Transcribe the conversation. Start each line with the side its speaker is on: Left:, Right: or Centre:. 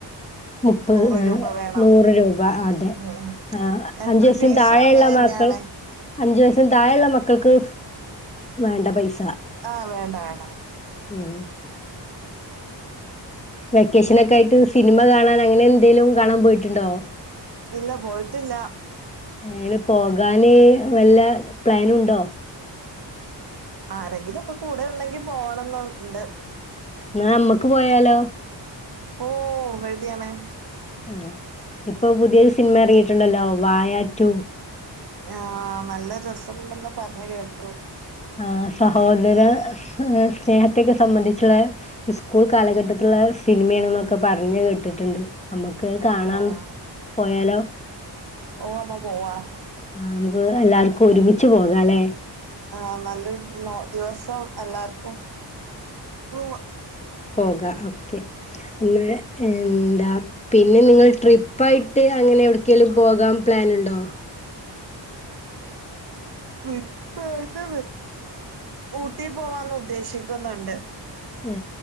Left: മുപ്പത്
Right: നൂറ്
Left: ഏ
Right: രൂപ വേണം
Left: നൂറ് രൂപ അതെ
Right: ഉം
Left: ആ
Right: എൻട്രി
Left: അഞ്ചു വയസിന്
Right: ഫീസും
Left: താഴെയുള്ള
Right: അങ്ങനെ തന്നെയാണ്
Left: മത്രാ അഞ്ചു വയസിന് താഴെള്ള മക്കൾക്ക് വേണ്ട പൈസ ണ്ട
Right: ആഹ വേണ്ട വേണ്ട
Left: ഉം വെക്കേഷനൊക്കെ ആയിട്ട് സിനിമ കാണാൻ അങ്ങനെ എന്തെലും കാണാൻ പോയിട്ടുണ്ടോ
Right: ഇല്ല പോയിട്ടില്ല
Left: അങ്ങന പോകാന് വല്ല പ്ലാനുണ്ടോ
Right: ആരെങ്കിലും ഒക്കെ കൂടെ ഉണ്ടെങ്കി പോകണംന്ന് ണ്ട്
Left: ന്നാഅമ്മക്ക് പോയാലോ
Right: ഓ റെഡി ആണ്
Left: ആ ഇപ്പൊ പുതിയൊരു സിനിമ സാധനങ്ങളൊക്കെ എറങ്ങിയിട്ടുണ്ടല്ലോ വായാറ്റു
Right: ആ നല്ല രസമുണ്ടെന്ന് പറഞ്ഞഞ് കേട്ടു
Left: ആ സഹോദര സ്നേഹത്തോക്കേ സംബന്ധിച്ചുള്ള സ്കൂൾ കാലഘട്ടത്തിലുള്ള സിനിമയാണെന്നൊക്കെ പറഞ്ഞ് കേട്ടിട്ടുണ്ട് നമുക്ക് കാണാൻ
Right: ആഹ്
Left: പോയാലോ
Right: ഓ അമ്മ പോവാ
Left: ആ വേറേ എല്ലാർക്കും ഒരുമിച്ച് പോകാലെ
Right: ആ് നല്ലൊരു ദിവസം എല്ലാർക്കും പോവ
Left: പോക ഒക്കെ പിന്നെ എന്താ പിന്നെ നിങ്ങൾ ട്രിപ്പായിട്ട് അങ്ങനെ എവിടെക്കേലും പോകാൻ പ്ലാനുണ്ടോ
Right: ട്രിപ്പായിട്ട് ഊട്ടി പോകാൻ ഉദ്ദേശിക്കുന്നുണ്ട്
Left: ആ